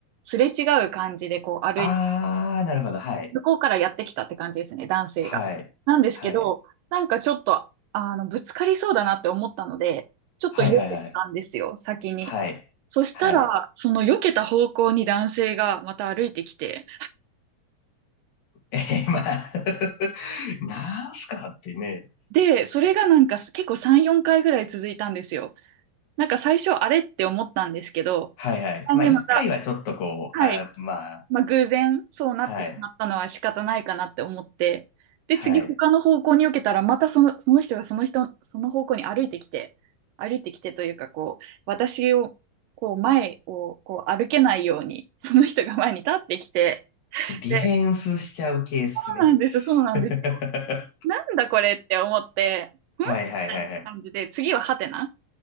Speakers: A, on the right; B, on the left.
A: すれ違う感じでこう歩いて、
B: あー、なるほど。はい。
A: 向こうからやってきたって感じですね、男性が。
B: はい。
A: なんですけど、
B: はい。
A: なんかちょっと、あの、ぶつかりそうだなって思ったので、ちょっと避けたんですよ、
B: はいはいはい。
A: 先に。
B: はい。
A: そしたら、
B: はい。
A: その避けた方向に男性がまた歩いてきて、
B: えー、まあ <laughs> なんすかってね。
A: で、それがなんか結構3、4回ぐらい続いたんですよ。なんか最初あれって思ったんですけど、
B: はいはい。
A: あねまた、
B: まあ、一回はちょっとこう、
A: はい。
B: あ、まあ、
A: まあ、偶然そうなってしまったのは仕方ないかなって思って、
B: はい、
A: で、
B: はい。
A: 次他の方向に受けたら、またその、その人がその人、その方向に歩いてきて、歩いてきてというか、こう、私を、こう、前を、こう、歩けないように、その人が前に立ってきて、
B: ディフェンスしちゃう系っすね。
A: で、そうなんです、
B: <laughs>
A: そうなんですよ。
B: は
A: なんだこれって思って、んみたいな感じで、
B: いはいはいはい。
A: 次はハテナ